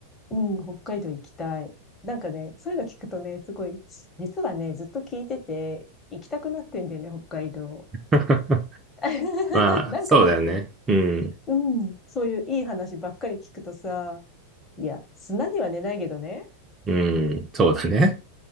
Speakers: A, on the left; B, on the right.
A: うん、北海道行きたい。なんかね、そういうの聞くとね、すごい、実はね、ずっと聞いてて、行きたくなってんだよね、北海道。
B: <laughs>
A: <laughs>
B: まあ、
A: なんかだって、
B: そうだよね。うん。
A: うん、そういういい話ばっかり聞くとさ、いや、砂には寝ないけどね。
B: うん。そうだね。